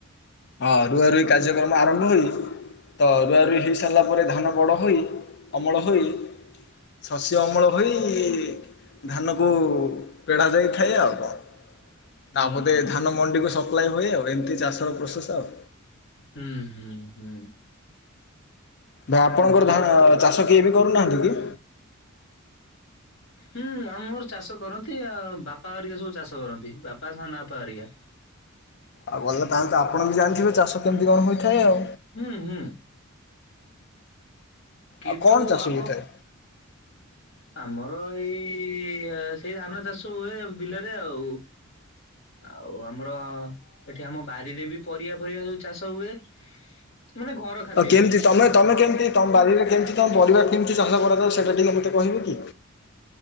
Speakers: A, on the left; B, on the left.
A: ହଁ ରୁଆ ରୁଇ କାର୍ଯ୍ୟକ୍ରମ ଆରମ୍ଭ ହୋଇଛି? ତ ରୁଆ ରୁଇ ହେଇସାରିଲା ପରେ ଧାନ ବଡ଼ ହୋଇ, ଅମଳ ହୋଇ ଶସ୍ୟ ଅମଳ ହୋଇ-ଇ-ଇ-ଇ ଧାନକୁ ପେଢ଼ା ଯାଇଥାଏ ଆଉ କଣ। ତାପରେ
B: ହୁଁ
A: ଧାନ ମଣ୍ଡି କୁ ସପ୍ଲାଏ ହୁଏ ଆଉ ଏମିତି ଚାଷ ପ୍ରୋସେସ ଆଉ।
B: ହୁଁ ହୁଁ ହୁଁ।
A: ଭାଇ ଆପଣଙ୍କର
B: ଭଲ
A: ଧାନ-ଅ-ଅ ଚାଷ କିଏ ବି କରୁନାହାନ୍ତି କି?
B: ହୁଁ ଆ ମୋର ଚାଷ କରନ୍ତି ଆ-ଆ-ଆ ବାପା ହେରିକା ସବୁ ଚାଷ କରନ୍ତି। ବାପା, ସାନ ବାପା ହେରିକା
A: ଆଉ ଭଲ ପାଆନ୍ତୁ ଆପଣ ବି ଜାଣିଥିବେ ଚାଷ କେମିତି କଣ ହୋଇଥାଏ ଆଉ।
B: ହୁଁ ହୁଁ କିନ୍ତୁ
A: ଆଉ କଣ ଚାଷ
B: ଆପଣ
A: ହୋଇଥାଏ?
B: ଆମର ଏଇ-ଇ-ଇ-ଇ ଏ ସେଇ ଧାନ ଚାଷ ହୁଏ ବିଲରେ ଆଉ। ଆଉ ଆମର ଏଠି ଆ ବାରିରେ ବି ପରିବା ଫରିବା ସବୁ ଚାଷ ହୁଏ। ମାନେ ଘର ଖାଦ୍ୟ
A: ଆଉ କେମିତି
B: ପାଇଁ।
A: ତମେ ତମେ କେମିତି ତମ ବାରିରେ କେମିତି କଣ ପରିବା କେମିତି ଚାଷ କରାଯାଉ ସେଇଟା ଟିକେ ମୋତେ କହିବେ କି?